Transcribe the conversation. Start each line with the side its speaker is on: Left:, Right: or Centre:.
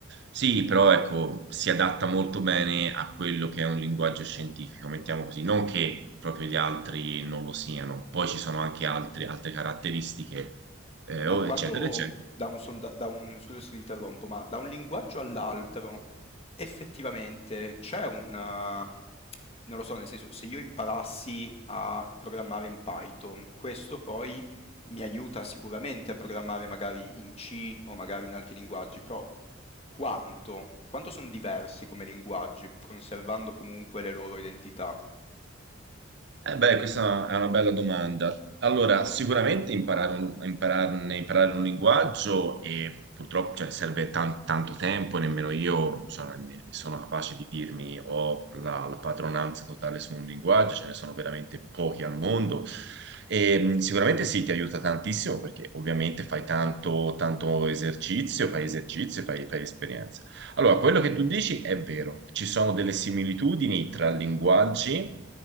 Right: sì, però ecco, si adatta molto bene a quello che è un linguaggio scientifico, mettiamo così, non che proprio gli altri non lo siano, poi ci sono anche altri- altre caratteristiche, eh,
Left: Ma
Right: o
Left: quanto
Right: eccetera, eccetera.
Left: da un, sonda- da un- scusa se ti interrompo, ma da un linguaggio all'altro effettivamente c'è un... eh, non lo so, nel senso, se io imparassi a programmare in Python, questo poi mi aiuta sicuramente a programmare magari in C o magari in altri linguaggi, però quanto? Quanto sono diversi come linguaggi, conservando comunque le loro identità?
Right: Eh beh, questa è una è una bella domanda. Allora, sicuramente imparare un, impararne- imparare un linguaggio e purtroppo cioè, serve tan- tanto tempo, e nemmeno io insomma, ne- sono capace di dirmi ho la, la padronanza totale su un linguaggio, ce ne sono veramente pochi al mondo. E, mh, sicuramente sì, ti aiuta tantissimo perché ovviamente fai tanto, tanto esercizio, fai esercizio, fai, fai esperienza. Allora, quello che tu dici è vero, ci sono delle similitudini tra linguaggi,